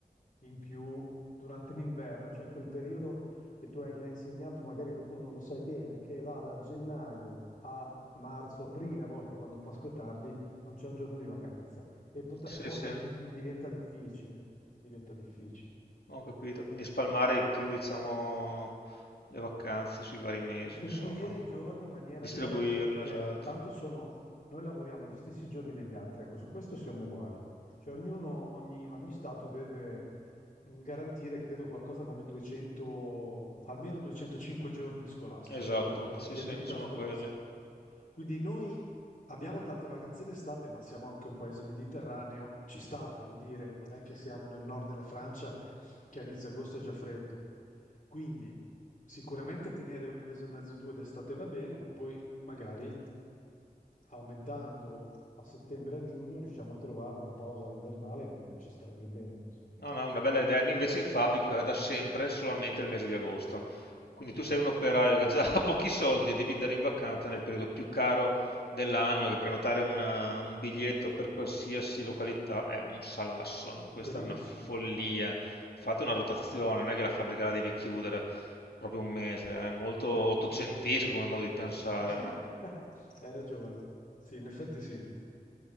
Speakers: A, on the left (about 55°); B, on the left (about 85°).
A: in più durante l'inverno, cioè in quel periodo che tu hai che hai insegnato, magari lo, con- lo sai bene, che va da gennaio a marzo, aprile, a volte quando Pasqua è tardi, non c'è un giorno di vacanza e pota-
B: Sì,
A: po-
B: sì,
A: è di- diventa difficile, diventa difficile.
B: ho capito. Quindi spalmare più, diciamo, le vacanze sui vari mesi,
A: Distribuire
B: insomma.
A: i giorni in maniera
B: Distribuirle,
A: diversa perché
B: esatto.
A: tanto sono, noi lavoriamo gli stessi giorni degli altri, ecco, su questo siamo uguali. Cioè ognuno, ogni, ogni stato deve mh, garantire, credo, qualcosa come 200, almeno 205 giorni scolastici
B: Esatto,
A: durante la,
B: sì,
A: di
B: sì,
A: attività
B: sono
A: scolastica.
B: quelle.
A: Quindi noi abbiamo tante vacanze d'estate, ma siamo anche un paese mediterraneo, ci sta, voglio dire, non è che siamo nel nord della Francia che a inizio agosto è già freddo. Quindi sicuramente tenere un mese e mezzo, due d'estate va bene, ma poi magari aumentando a settembre e a giugno riusciamo a trovare una pausa invernale che ci starebbe bene. insomma.
B: No, no, una bella idea. Noi invece in fabbrica da sempre solamente il mese di agosto. Quindi tu sei un operaio
A: Ecco,
B: che già <laughs> ha pochi soldi e devi andare in vacanza nel periodo più caro dell'anno, che prenotare una- un biglietto per qualsiasi località è un salasso.
A: è tutto
B: Questa
A: carissimo.
B: è una follia. Fate una rotazione, non è che la fabbrica la devi chiudere proprio un mese, è molto ottocentesco
A: Mm, mm.
B: come modo di pensare,
A: <laughs>
B: ma
A: Hai ragione. Sì, in effetti sì.